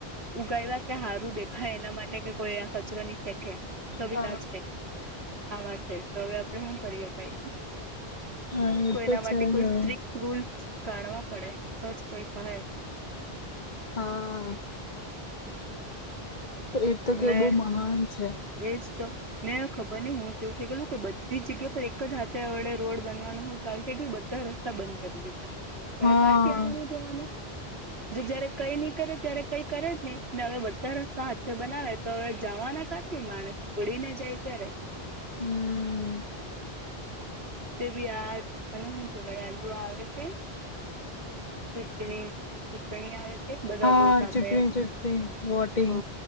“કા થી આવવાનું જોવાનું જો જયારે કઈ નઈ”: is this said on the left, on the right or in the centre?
Right